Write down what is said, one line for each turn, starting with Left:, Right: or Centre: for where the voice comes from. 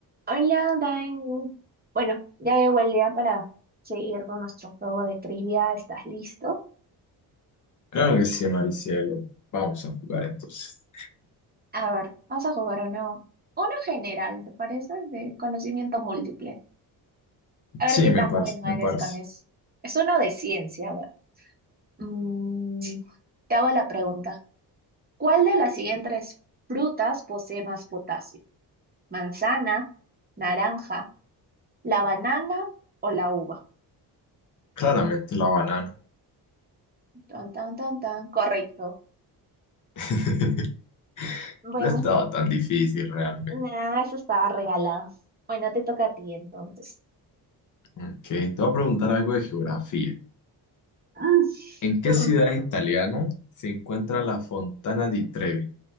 Right: Hola, Dan. Bueno, ya llegó el día para seguir con nuestro juego de trivia. ¿Estás listo?
Left: Claro que sí, Maricielo. Vamos a jugar entonces.
Right: A ver, vamos a jugar uno, uno general, ¿te parece? De conocimiento múltiple. A
Left: Sí,
Right: ver qué
Left: me
Right: tan
Left: parece,
Right: bueno
Left: me
Right: eres
Left: parece.
Right: con eso. Es uno de ciencia, a ver. Mm, te hago la pregunta. ¿Cuál de las siguientes frutas posee más potasio? ¿Manzana, naranja, la banana o la uva?
Left: Claramente la banana.
Right: Tan, tan, tan, tan. Correcto.
Left: <laughs>
Right: Bueno.
Left: No estaba tan difícil realmente.
Right: Nah, eso estaba regalado. Bueno, te toca a ti entonces.
Left: Ok, te voy a preguntar algo de geografía.
Right: Ah,
Left: ¿En qué
Right: Hmm,
Left: ciudad italiana se encuentra la Fontana di Trevi?